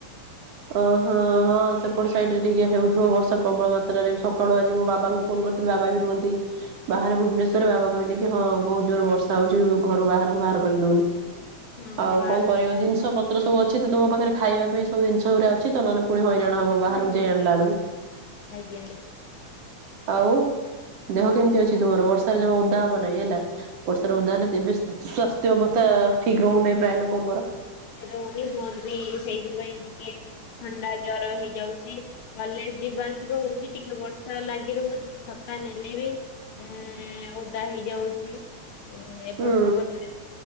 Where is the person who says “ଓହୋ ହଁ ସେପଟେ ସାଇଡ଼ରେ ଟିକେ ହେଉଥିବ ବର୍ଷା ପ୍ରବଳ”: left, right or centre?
Right